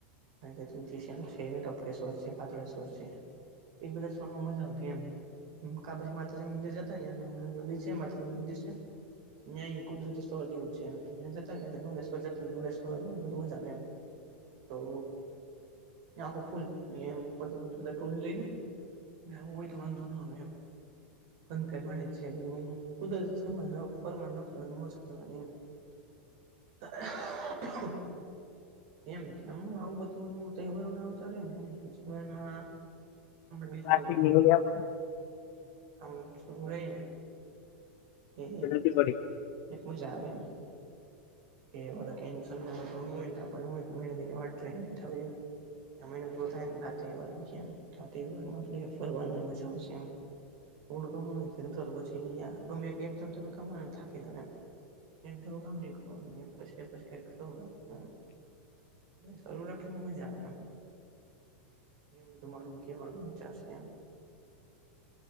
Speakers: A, on the right; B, on the left.
A: કારણ કે, તુલસીશ્યામ છે, ટપકે સરશે પાતળે સર છે. એ બજાર સોમાં મજા આવતી એમ કા પછી માતાજી મંદિર જતા નદી છે, માતાજી મંદિર છે. ત્યાં એ કુદરતી સ્થળ જેવુંજ છે, એમ ત્યાં જ દોણેશ્ર્વર જતા તોધુમાં જાવ એમતો આખો ફૂલએમ ટોળ લઈ. ન્યા આવુ તો વાંધો ના આવે એમ કનકાઈ મળે છે, બધું કુદરતી સ્થળ ફરમાન કરવાનું મોજ કરવાની તો હા એમ કેમ આવુ બધુ તહેવારો ના આવતા રેને એમ જીવનમા બીજું
B: પ્લાસ્ટિકની
A: કોઈ વાંધો ન
B: ઓલી આપણે
A: આમું રહીને એ
B: નથી પડી
A: એક મજા આવે એમ કેવળજ્ઞાન યને આપ હુ એક મહિને વાટ જોઈને બેઠા હોય. એ મહિનું પૂરું થાય નેઆ તહેવારમાં છે, એમ તો તહેવારમાં આપ ફરવાનું મજા આવશે એમ ઓલું તો જ ઘરુ પછી ગમે એક ધર તમે કામને થાકી જાવ એમ એક ધારૂ કામ નહીં કરવાનુ શંખ શરૂ રાખીને મજા આવે એમ એવું તમારું કહેવાનું વિચાર છે, એમ